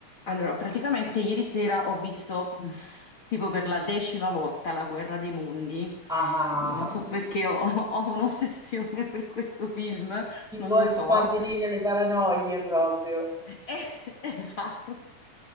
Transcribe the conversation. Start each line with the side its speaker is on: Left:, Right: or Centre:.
Left: Allora, praticamente ieri sera ho visto mh, tipo per la decima volta La Guerra dei Mondi.
Centre: Ah,
Left: Non so
Centre: <laughs>
Left: perché ho, <laughs> ho un'ossessione per questo film,
Centre: ti
Left: non
Centre: vuoi
Left: lo so.
Centre: far venire le paranoie proprio.
Left: Eh, <laughs> esatto,